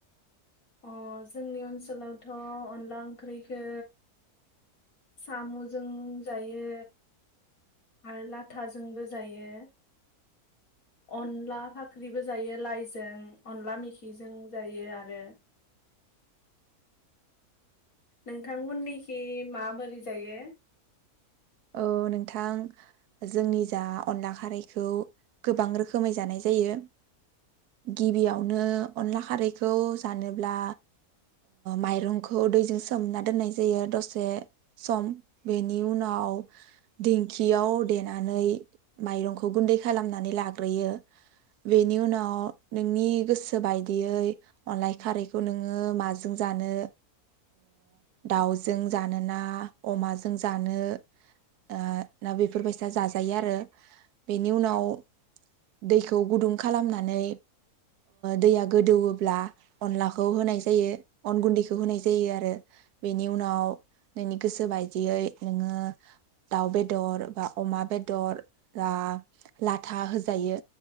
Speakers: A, on the left; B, on the right.
A: अ जोंनि ओनसोलावथ' अनला ओंख्रिखो साम'जों जायो आरो लाथाजोंबो जायो अनला फाख्रिबो जायो लाइजों अनला मेखिजों जायो आरो नोंथांमोननिखि माबोरै जायो
B: औ नोंथां जोंनि जा अनला खारैखौ गोबां रोखोमै जानाय जायो गिबियावनो अनला खारैखौ जानोब्ला माइरंखौ दैजों सोमना दोननाय जायो दसे सम बेनि उनाव दिंखियाव देनानै माइरंखौ गुन्दै खालामनानै लाग्रोयो बेनि उनाव नोंनि गोसो बायदियै अनलाय खारैखौ नोङो माजों जानो दाउजों जानोोना अमाजों जानो दा बेफोरबायसा जाजायो आरो बेनि उनाव दैखौ गुदुं खालामनानै दैया गोदौब्ला अनलाखौ होनाय जायो अन गुन्दैखौ होनाय जायो आरो बेनि उनाव नोंनि गोसो बायदियै नोङो दाउ बेदर बा अमा बेदर बा लाथा होजायो